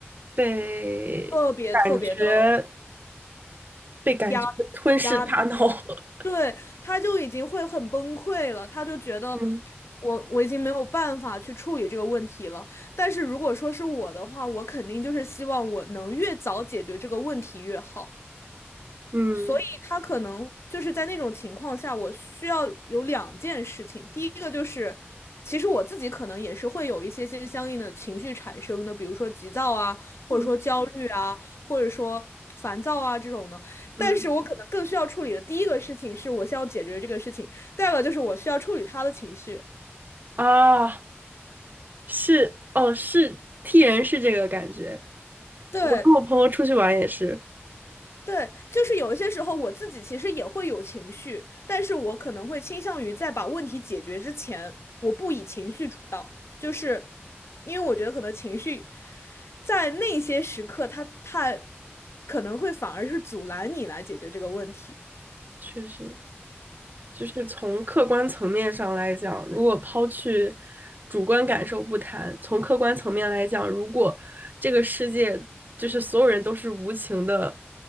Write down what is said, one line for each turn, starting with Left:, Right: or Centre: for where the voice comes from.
Right: 被感觉
Left: 特别特别的
Right: 被感觉吞噬大脑了。
Left: 压压，对，他就已经会很崩溃了，他就觉得
Right: <laughs> 嗯
Left: 我我已经没有办法去处理这个问题了。但是如果说是我的话，我肯定就是希望我能越早解决这个问题越好。
Right: 嗯
Left: 所以他可能就是在那种情况下，我需要有两件事情。第一个就是，其实我自己可能也是会有一些些相应的情绪产生的，比如说急躁啊，或者说焦虑啊，
Right: 嗯
Left: 或者说烦躁啊这种的。
Right: 嗯
Left: 但是我可能更需要处理的第一个事情是，我需要解决这个事情；第二个就是我需要处理他的情绪。
Right: 啊，是哦，是 T 人是这个感觉。
Left: 对，
Right: 我跟我朋友出去玩也是，
Left: 对，就是有一些时候我自己其实也会有情绪，但是我可能会倾向于在把问题解决之前，我不以情绪主导，就是因为我觉得可能情绪在那些时刻它，太可能会反而是阻拦你来解决这个问题。
Right: 确实，就是从客观层面上来讲，如果抛去主观感受不谈，从客观层面来讲，如果这个世界就是所有人都是无情的